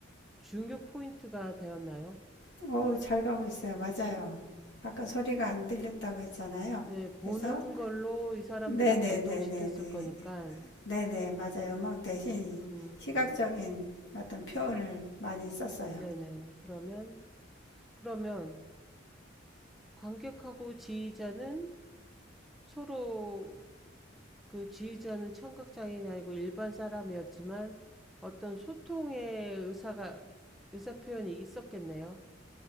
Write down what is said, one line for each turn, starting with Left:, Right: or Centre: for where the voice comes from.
Centre: 중요 포인트가 되었나요?
Left: 어우, 잘 가고 있어요. 맞아요. 아까 소리가 안 들렸다고 했잖아요.
Centre: 네, 보는
Left: 그래서
Centre: 걸로 이 사람들을
Left: 네네네네네.
Centre: 감동시켰을 거니까,
Left: 네네, 맞아요. 음악 대신
Centre: 음,
Left: 시각적인 어떤 표현을 많이 썼어요.
Centre: 네네. 그러면, 그러면 관객하고 지휘자는 서로 그 지휘자는 청각장애인이 아니고 일반 사람이었지만 어떤 소통의 의사가, 의사 표현이 있었겠네요.